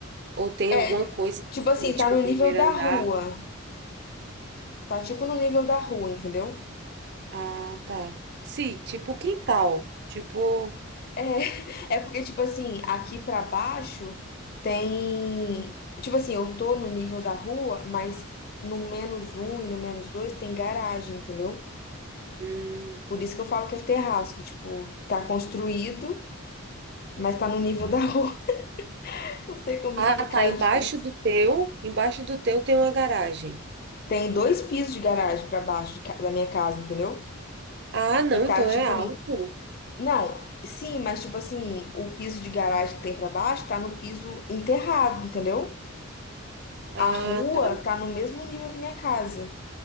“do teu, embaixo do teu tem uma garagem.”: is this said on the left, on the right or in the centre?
Right